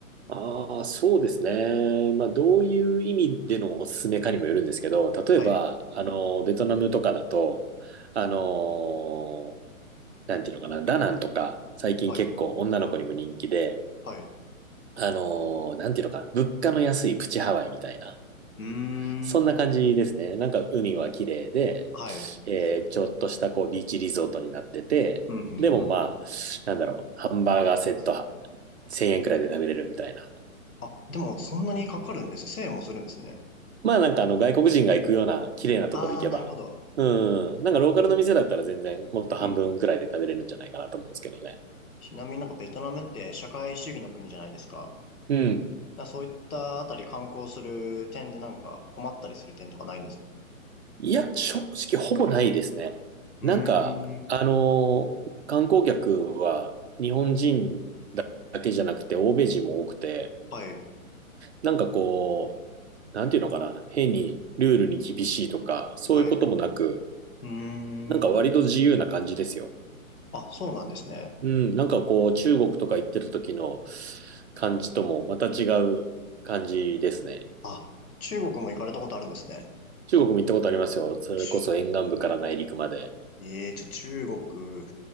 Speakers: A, on the right; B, on the left.
A: ああ、そうですね。まあ、どういう意味でのおすすめかにもよるんですけど、例えば、
B: はい、
A: あの、ベトナムとかだと、あの、なんていうのかな、ダナンとか、最近結構女の子にも人気で、
B: はい、はい、う
A: あの、なんていうのかな、物価の安いプチハワイみたいな。
B: ー
A: そんな感じですね。
B: ん、
A: なんか海は綺麗で、
B: はい。
A: えーちょっとしたこうビーチリゾートになってて、
B: うん、うん。うん
A: でもまあ、なんだろう、ハンバーガーセットは1000円くらいで食べれるみたいな。
B: あ、でもそんなにかかるんですね。1円もするんですね。
A: まあなんかあの外国人が行くような綺麗なところ行けば、
B: ああ、なるほど。
A: うん、なんかローカルの店だったら全然もっと半分くらいで食べれるんじゃないかなと思うんですけどね。
B: うん、うん、うん。ちなみになんかベトナムって社会主義の国じゃないですか。
A: うん。
B: だからそういったあたり観光する点でなんか困ったりする点とかないんですか
A: いや、正直ほぼないですね。
B: うーん
A: なんか、あのー観光客は日本人だけじゃなくて欧米人も多くて、
B: はい、
A: なんかこう、なんていうのかな、変にルールに厳しいとか、そういうこともなく、
B: はい。うー
A: なんか割と自由な感じですよ。
B: ん。あ、そうなんですね。
A: うん、なんかこう、中国とか行ってる時の感じともまた違う感じですね。
B: あ、中国も行かれたことあるんですね。
A: 中国も行ったことありますよ。それこそ沿岸部から内陸まで。
B: ちゅええー、ちょ、中国、